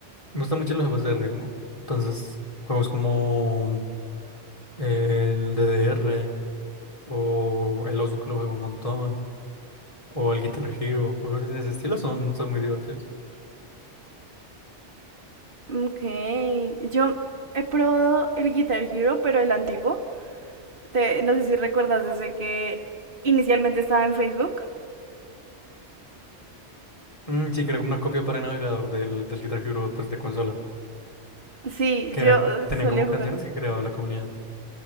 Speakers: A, on the left; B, on the right.
A: Me gustan mucho los juegos de ritmo. Entonces, juegos como el DDR. o el Osu que lo juego un montón, o el Guitar Hero, juegos en ese estilo son, son muy divertidos.
B: Ok, yo he probado el Guitar Hero, pero el antiguo. Te- no sé si recuerdas ese que inicialmente estaba en Facebook.
A: Mm, sí, creo que una copia para navegador del, del Guitar Hero pues, de consola,
B: Sí,
A: que
B: yo
A: eran, tenían
B: solía
A: como
B: jugar.
A: canciones que creaba la comunidad.